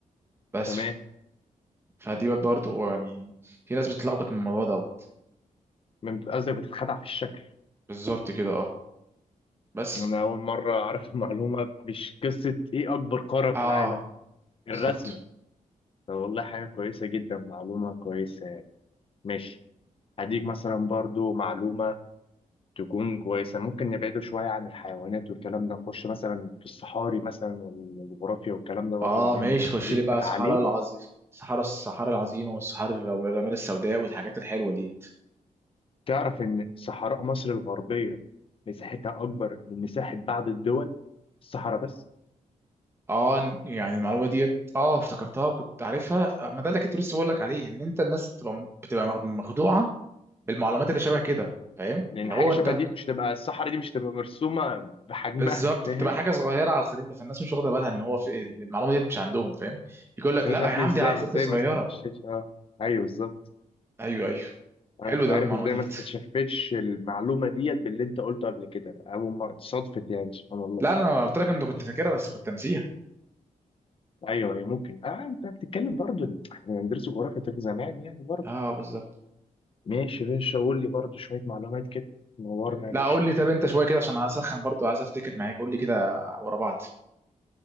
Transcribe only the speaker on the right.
بس
ف- فدي برضه يعني في ناس بتتلخبط من الموضوع دوت
بالظبط كده اه بس
اه
بالظبط
اه
ماشي
خش لي بقى صحراء
العظيم صحراء الصحراء العظيمه والصحراء الرمال السوداء والحاجات الحلوه دي
اه إن- يعني المعلومه ديت اه افتكرتها وكنت عارفها ما ده اللي كنت لسه بقول لك عليه ان انت الناس بتبقى بتبقى مخ- مخدوعه بالمعلومات اللي شبه كده فاهم
اللي
هو
انت
بالظبط
بتبقى حاجه صغيره على الخريطه فالناس مش واخده بالها ان هو في المعلومه ديت مش عندهم فاهم يقول
لك
لا
يا عم
دي على الخريطه
صغيره
ايوه ايوه
حلو
ده
المعلومه
ديت
لا انا قلت لك انت كنت فاكرها بس كنت ناسيها
اه بالظبط
لا
قول لي طب انت شويه كده عشان هسخن برضو عايز افتكر معاك قول لي كده ورا بعض